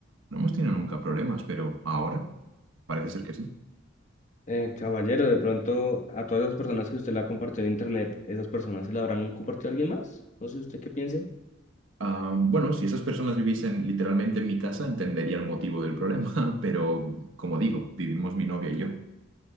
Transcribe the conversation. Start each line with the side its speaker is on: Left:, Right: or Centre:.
Right: No hemos tenido nunca problemas, pero ahora parece ser que sí.
Left: Eh, caballero, de pronto a todas las personas que usted la compartió en internet, ¿esas personas se la habrán compartido a alguien más? No sé usted qué piense.
Right: Ah, bueno, si esas personas viviesen literalmente en mi casa, entendería el motivo del problema, <laughs> pero como digo, vivimos mi novia y yo.